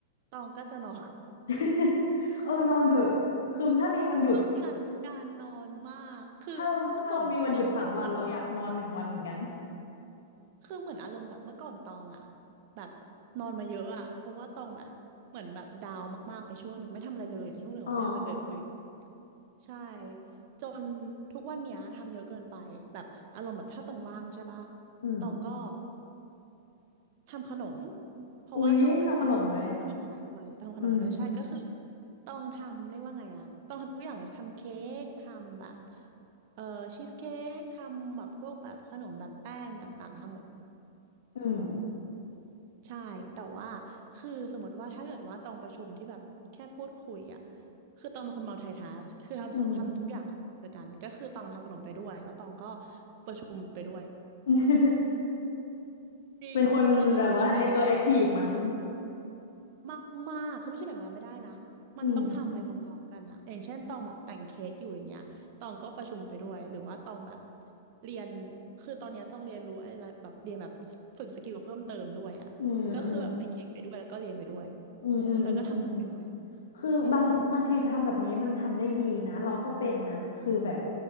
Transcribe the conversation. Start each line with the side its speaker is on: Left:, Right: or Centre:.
Right: ตองก็จะนอน
Left: <laughs> เออนอนเถอะคือถ้ามีวันหยุด
Right: <laughs> ต้องการการนอนมากคือเมื่อก่อนตองเหมือนเหมือน
Left: ถ้าถ้าเรามีวันหยุดสามวันเราอยากนอนหนึ่งวันเหมือนกัน
Right: คือเหมือนอารมณ์แบบเมื่อก่อนตองอะแบบนอนมาเยอะอะเพราะว่าตองแบบเหมือนแบบดาวน์มากๆไปช่วงหนึ่งไม่ทำอะไรเลยอะช่วงหนึ่งไม่ทำอะไรเลยเลย
Left: อ๋อ
Right: ใช่จนทุกวันเนี้ยทำเยอะเกินไปแบบอารมณ์แบบถ้าตองว่างใช่ปะ
Left: อืม
Right: ตองก็ทำขนมเพราะว่าตองอะเคยตองทำขนมขายด้วยตองทำขนมขายด้วยใช่ก็คือ
Left: อุ๊ย ทำขนมด้วย อืม
Right: ตองทำเรียกว่าไงอะตองทำทุกอย่างเลยทำเค้กทำแบบเอ่อชีสเค้กทำแบบพวกแบบขนมแบบแป้งต่างๆทำหมด
Left: อืม
Right: ใช่ แต่ว่า คือสมมติว่า ถ้าเกิดว่า ตองประชุมที่แบบ แค่พูดคุยอ่ะคือตองเป็นคน multitask คือทำทุกทำทุกอย่างด้วยกันก็คือตองทำขนมไปด้วย
Left: อืม
Right: แล้วตองก็ประชุมไปด้วย
Left: <laughs>
Right: จริงเพราะว่าตองแบ่งเวลา
Left: เป็นคนแบบว่าไฮเปอร์แอคทีฟมั้ง
Right: มากมากคือไม่ใช่แบ่งเวลาไม่ได้นะมันต้องทำไปพร้อมๆกันนะอย่างเช่นตองแบบแต่งเค้กอยู่อย่างเงี้ยตองก็ประชุมไปด้วยหรือว่าตองแบบ
Left: อืม
Right: เรียนคือตอนเนี้ยต้องเรียนรู้อะไรแบบเรียนแบบฝึกสกิลเพิ่มเติมด้วยอ่ะก็คือแบบแต่งเค้กไปด้วยแล้วก็เรียนไปด้วย
Left: อืมอืมอืมอืมอืมอืม
Right: แล้วก็ทำงานไปด้วย
Left: คือบางบางทีทำแบบนี้มันทำได้ดีนะเราก็เป็นนะคือแบบ
Right: อืม